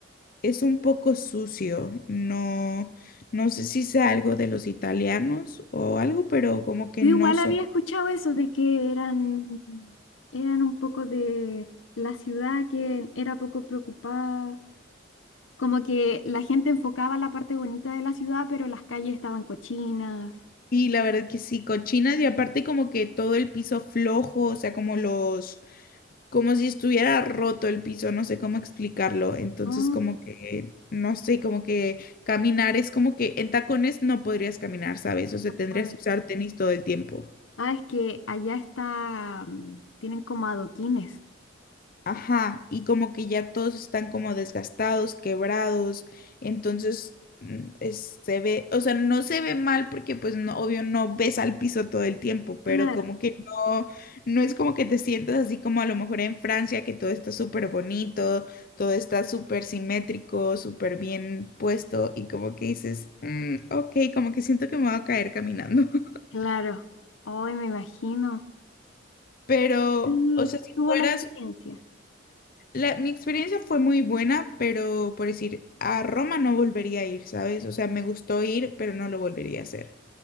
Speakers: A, on the left (about 45°); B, on the left (about 80°).
A: es un poco sucio, no, no sé si sea algo de los italianos o algo, pero como que
B: Yo
A: no
B: igual
A: son...
B: había escuchado eso de que eran, eran un poco de la ciudad que era poco preocupada, como que la gente enfocaba la parte bonita de la ciudad, pero las calles estaban cochinas.
A: Y la verdad que sí, cochinas y aparte como que todo el piso flojo, o sea, como los... como si estuviera roto el piso, no sé cómo explicarlo. Entonces,
B: Ah,
A: como que, no sé, como que caminar es como que en tacones no podrías caminar, ¿sabes? O sea, tendrías
B: ay.
A: que usar tenis todo el tiempo.
B: Ah, es que allá está, mm, tienen como adoquines.
A: Ajá, y como que ya todos están como desgastados, quebrados, entonces mm, es- se ve, o sea, no se ve mal porque pues no, obvio no ves al piso todo el tiempo, pero
B: Claro.
A: como que no, no es como que te sientas así como a lo mejor en Francia, que todo está súper bonito, todo está súper simétrico, súper bien puesto y como que dices, "Mm, ok, como que siento que me voy a caer caminando, <laughs>
B: Claro. Hoy me imagino.
A: pero,
B: él
A: o sea, si
B: tuvo
A: fueras
B: la experiencia.
A: La, mi experiencia fue muy buena, pero por decir, a Roma no volvería a ir, ¿sabes? O sea, me gustó ir, pero no lo volvería a hacer.